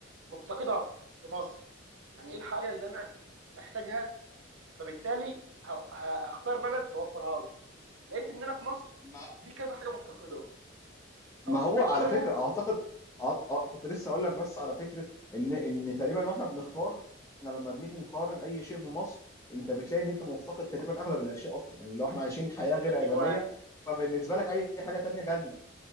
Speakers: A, on the right; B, on the left.
A: مفتقدها في مصر يعني ايه الحاجه اللي انا محتاجها فبالتالي ه- ه- هختار بلد توفرها لي لقيت ان انا في مصر
B: مم.
A: في كذا حاجه مفتقدهم
B: ما
A: أو-
B: هو
A: اولهم
B: على فكره اعتقد أه أه كنت لسه اقول لك بس على فكره ان ان تقريبا واحنا بنختار احنا لما بنيجي نقارن اي شيء بمصر انت بتلاقي ان انت مفتقد تقريبا اغلب الاشياء اصلا يعني لو احنا عايشين حياه غير
A: ايوه
B: ادميه فبالنسبه لك اي حاجه تانية جنه